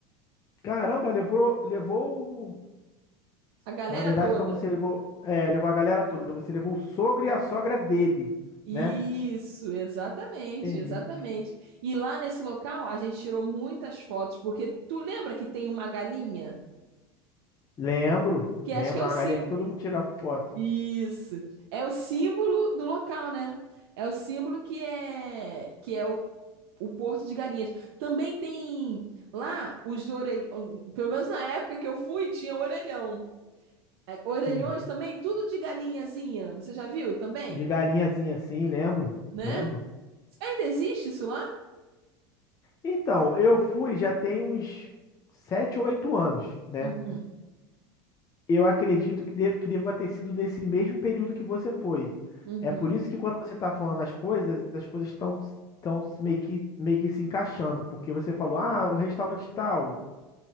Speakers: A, on the left; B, on the right.
A: Caramba, levou, levou. o-
B: A galera
A: Na verdade,
B: toda.
A: então você levou, é, levou a galera toda. Você levou o sogro e a sogra dele,
B: Isso,
A: né?
B: exatamente,
A: Entendi.
B: exatamente. E lá nesse local a gente tirou muitas fotos, porque tu lembra que tem uma galinha?
A: Lembro,
B: Que
A: lembro.
B: acho que é o
A: Uma
B: símbolo
A: galinha que todo mundo tira foto.
B: Isso. É o símbolo do local, né? É o símbolo que é que é o, o Porto de Galinhas. Também tem lá os orelhões, pelo menos na época que eu fui, tinha orelhão. É, Orelhões
A: Sim.
B: também, tudo de galinhazinha. Você já viu também,
A: De galinhazinha assim, lembro,
B: né?
A: lembro.
B: Ainda existe isso lá?
A: Então, eu fui já tem uns 7, 8 anos, né?
B: Uhum,
A: Eu acredito que, de, que deva ter sido nesse mesmo período que você foi.
B: uhum,
A: É por isso que quando você tá falando as coisas, as coisas estão estão meio que, meio que se encaixando, porque você falou, ah, o restaurante tal.